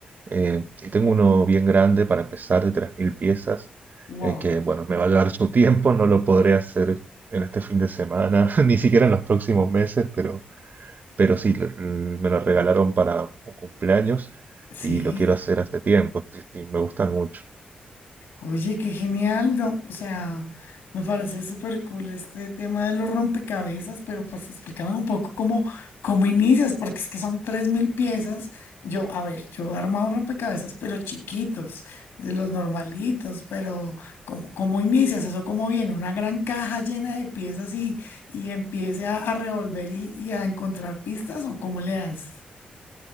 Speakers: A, on the right; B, on the left.
A: eh, y tengo uno bien grande para empezar de 3.000 piezas,
B: Wow.
A: eh, que bueno, me va a llevar su tiempo, no lo podré hacer en este fin de semana, <laughs> ni siquiera en los próximos meses, pero, pero sí, l- me lo regalaron para un cumpleaños
B: Sí.
A: y lo quiero hacer hace tiempo, sí, sí, me gustan mucho.
B: Oye, qué genial, no, o sea, me parece súper cool este tema de los rompecabezas, pero pues explícame un poco cómo, cómo inicias, porque es que son tres mil piezas. Yo, a ver, yo he armado rompecabezas, pero chiquitos, de los normalitos, pero ¿cómo, cómo inicias eso? ¿Cómo viene? Una gran caja llena de piezas y, y empiece a, a revolver y, y a encontrar pistas, ¿o cómo le das?